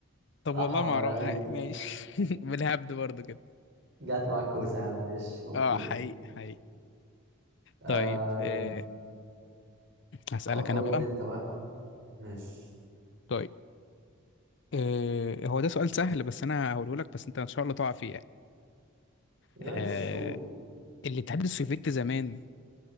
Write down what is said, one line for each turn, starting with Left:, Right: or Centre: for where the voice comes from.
Left: طب
Right: صح
Left: والله
Right: والله
Left: ما اعرف
Right: عاش
Left: آه
Right: جدا
Left: ماشي <laughs> بالهبد برضو كده
Right: جت معاك كوسه يا عم ماشي اوكي
Left: اه حقيقي حقيقي
Right: أم،
Left: طيب آه هسألك
Right: اقول
Left: انا بقى
Right: لي انت بقى ماشي
Left: طيب آه هو ده سؤال سهل بس انا هقوله لك بس انت ان شاء الله تقع فيه يعني
Right: ماشي
Left: آه
Right: قول
Left: الاتحاد السوفيتي زمان